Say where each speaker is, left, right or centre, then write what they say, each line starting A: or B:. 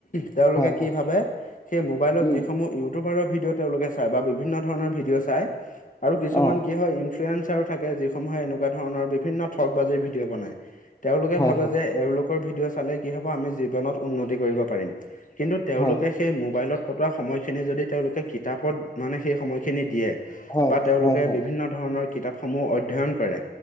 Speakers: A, on the left; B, on the left.
A: তেওঁলোকে
B: হয়
A: কি
B: হয়
A: ভাবে? সেই মোবাইলত
B: উম
A: যিসমূহ ইউ টোবাৰৰ ভিডিঅ' তেওঁলোকে চায় বা বিভিন্ন ধৰণৰ ভিডিঅ' চায় আৰু কিছুমান
B: অ
A: কি হয় ইনফ্লুৱেঞ্চাৰ থাকে, যিসমূহে এনেকুৱা ধৰণৰ বিভিন্ন ঠগ বাজি ভিডিঅ' বনাই। তেওঁলোকে
B: হয়
A: ভাবে
B: হয়
A: যে এওঁলোক ৰ ভিডিঅ' চালে কি হ'ব, আমি জীৱনত উন্নতি কৰিব পাৰিম। কিন্তু তেওঁলোকে
B: হয়
A: সেই মোবাইলত কটোৱা সময়খিনি যদি তেওঁলোকে কিতাপত মানে সেই সময়খিনি দিয়ে।
B: হয়
A: বা তেওঁলোকে
B: হয় হয়
A: বিভিন্ন ধৰণৰ কিতাপসমূহ অধ্যয়ন কৰে।